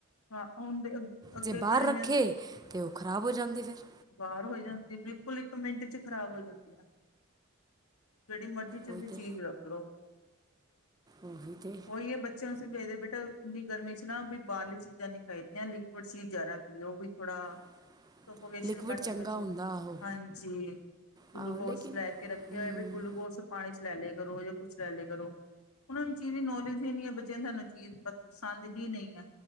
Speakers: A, on the left; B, on the right.
A: ਹਾਂ ਹੁਣ ਦੇ ਅੱਗੇ
B: ਜੇ ਬਾਰ
A: ਗਰਮੀਆਂ
B: ਰਖੇ ਤੇ ਓ ਖ਼ਰਾਬ ਹੋ ਜਾਂਦੀ ਫੇਰ।
A: ਬਾਅਰ ਹੋ ਜਾਂਦੀ ਐ ਬਿਲਕੁਲ ਇੱਕ ਮਿੰਟ ਚ ਖ਼ਰਾਬ ਹੋ ਜਾਂਦੀ ਏ। ਜੇੜੀ ਮਰਜ਼ੀ ਕਿਚੇਨ
B: ਉਹੀ
A: ਚ
B: ਤੇ
A: ਚੀਜ ਰੱਖ ਲੋ
B: ਉਹੀ ਤੇ
A: ਓ ਈ ਏ ਬ ਸਮਝਾਈ ਦੈ ਬੇਟਾ ਇੰਨੀ ਗਰਮੀ ਚ ਨਾ ਕੋਈ ਬਾਰਲੀ ਚੀਜਾਂ ਨੀ ਖਾਈਦੀਆਂ ਲਿਕੁੱਡ ਚੀਜ ਜਾਦਾ ਪੀਓ ਵੀ ਥੋੜਾ
B: <inaudible>
A: <inaudible>
B: ਲਿਕਵਿਡ ਚੰਗਾ ਹੁੰਦਾ ਆਹੋ
A: ਗੁਲੂਕੋਸ
B: ਆਹੋ ਲੇਕਿਨ
A: ਲੈ ਕੇ ਰਖੇਆ
B: ਹੂੰ
A: ਹੋਆ ਵੀ ਗੁਲੂਕੋਸ ਪਾਣੀ ਚ ਲੈ ਲੇਆ ਕਰੋ ਯਾ ਗੁਲੂਗੋਸ ਲੈ ਲੇਆ ਕਰੋ। ਓਨਾ ਨੁੰ ਚੀਜ ਦੀ ਨੌਲੇਜ ਈ ਨੀ ਏ। ਬਚੇਆਂ ਨੁੰ ਸਾਨੂੰ ਚੀਜ ਪਸੰਦ ਹੀ ਨਈ ਏ।